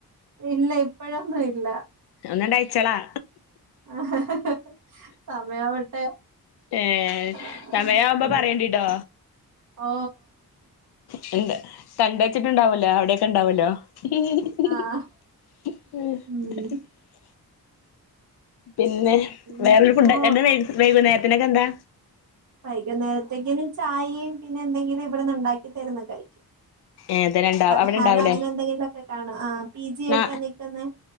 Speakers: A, on the right (about 50°); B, on the left (about 85°).
A: ഇല്ല ഇപ്പോഴൊന്നും ഇല്ല.
B: ഒന്നണ്ടഴച്ചളാ
A: ആ ഹ ഹ ഹ ഹ് സമയാവട്ടെ.
B: ഏ
A: ആഹ്
B: സമയാവുമ്പോ
A: ഉം
B: പറയേണ്ടിട്ടോ?
A: ഓ
B: കണ്ട് കണ്ടെച്ചിട്ടുണ്ടാവല്ലോ അവിടെക്കെ ണ്ടാവല്ലോ? <unintelligible>
A: ആഹ് ഉം
B: പിന്നെ
A: പിന്നെ
B: വേറൊരുഫുഡ്
A: ഓ
B: എന്താ വൈ വൈകുന്നേരത്തിന്ക്കെന്താ?
A: വൈകുന്നേരത്തേക്ക്നും ചായയും പിന്നെന്തെങ്കിലും ഇവിടന്ന്ണ്ടാക്കി തരുന്നകഴിക്യും.
B: ഏതനണ്ടാ
A: പലഹാരം
B: അവിടെ ഇണ്ടാവൂലേ
A: അങ്ങനെ എന്തെങ്കിലും ഒക്കെ കാണോ ആ പി ജി ആയിട്ടാ
B: നാ
A: നിക്കുന്നേ?